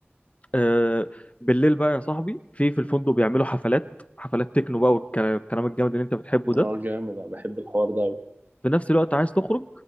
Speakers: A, on the left; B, on the right.
A: آه بالليل بقى يا صاحبي في في الفندق بيعملوا حفلات حفلات تكنو بقى والكلام الجامد اللي انت بتحبه
B: اه
A: ده
B: جامد انا بحب الحوار ده قوي
A: في نفس الوقت عايز تخرج